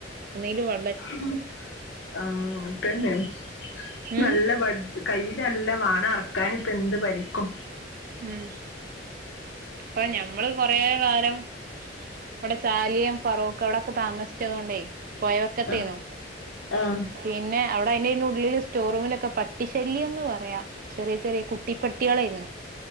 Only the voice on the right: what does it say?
ഒന്നീല് വ
ഉം
ഉം പ്പ ഞമ്മള് കൊറേ കാലം ഇവടെ ചാലിയം ഫറോഖ് അവിടൊക്കെ താമസിച്ചത് കൊണ്ടേയി പൊയവെക്കത്തേനു
പിന്നെ അവിടെ അയിന്റയിൻ്റുള്ളില് സ്റ്റോറൂമിലൊക്കെ പട്ടിശല്ല്യന്ന് പറയാ ചെറിയ ചെറിയ കുട്ടിപ്പട്ടികളേര്ന്ന്